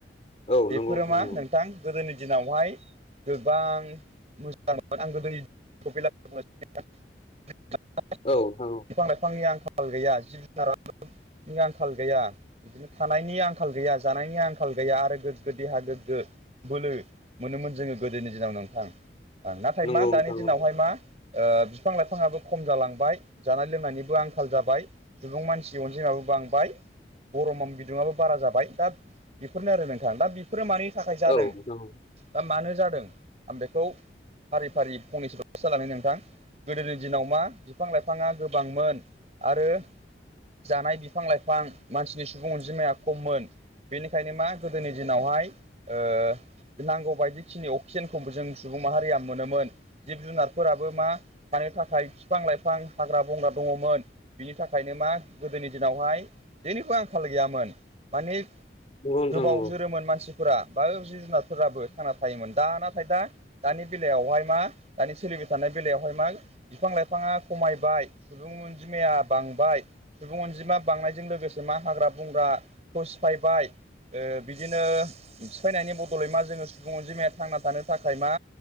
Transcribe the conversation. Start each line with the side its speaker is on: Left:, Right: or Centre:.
Left: औ
Right: बेफोरो
Left: नंगौ
Right: मा
Left: नंगौ
Right: नोंथां गोदोनि दिनावहाय गोबां मोजांमोन आं गोदोनि <unintelligible> <unintelligible>
Left: औ नोंथां औ
Right: बिफां लाइफांनि आंखाल गैया जिब जुनारा <unintelligible> नि आंखाल गैया बिदिनो थानायनि आंखाल गैया जानायनि आंखाल गैया आरो गोग्गो देहा गोग्गो गो बोलो मोनोमोन जोङो गोदोनि दिनाव नोंथां ओं नाथाय
Left: नंगौ
Right: मा
Left: नोंथां
Right: दानि दिनावहाय
Left: नंगौ
Right: मा ओ फां लाइफाङाबो खम जालांबाय जानाय लोंनायनिबो आंखाल जाबाय सुबुं मानसि अनजिमाबो बांबाय गरमम बिदुंआबो बारा जाबाय दा बेफोरनो आरो नोंथां दा बेफोरो मानि थाखाय जादों
Left: औ नोंथां औ औ
Right: बा मानो जादों आं बेखौ फारि फारि फंनैसो <unintelligible> नोंथां गोदोनि दिनाव मा बिफां लाइफाङा गोबांमोन आरो जानाय बिफां लाइफां मानसिनि सुबुं अनजिमाया खममोन बेनिखायनो मा गोदोनि दिनावहाय ओ नांगौ बायदिखिनि अक्सिजेनखौबो जों सुबुं माहारिया मोनोमोन जिब जुनारफोराबो मा थानो थाखाय फिफां लाइफां हाग्रा बंग्रा दङ'मोन बिनि थाखायनो मा गोदोनि दिनावहाय जेनिबो आंखाल गैयामोन माने
Left: नंगौ नोंथां
Right: गोबाव
Left: नंगौ
Right: जोरोमोन मानसि फोरा बा जिब जुनारफोराबो थांना थायोमोन दा नाथाय दा दानि बेलायावहाय मा दानि सोलि <unintelligible> बाय थानाय बेलायावहाय मा बिफां लाइफाङा खमायबाय सुबुं अनजिमाया बांबाय सुबुं अनजिमा बांनायजों लोगो गोसे मा हाग्रा बंग्रा खौ सिफायबाय ओ बिदिनो सिफायनायनि बदलै मा जोङो सुबुं अनजिमाया थांना थानो थाखाय मा